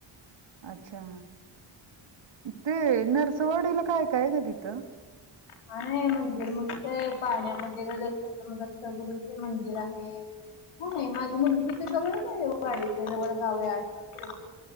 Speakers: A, on the right; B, on the left.
A: अच्छा ते नरसवाडीला ऐ काय ग तिथं
B: हा मंदिर मस्त आहे पाण्यामध्ये दत्त गुरू दत्त गुरूंचे मंदिर आहे होय माझी मुलगी तिथ जवळच आहे वाडीच्या जवळ गाव आहे आठि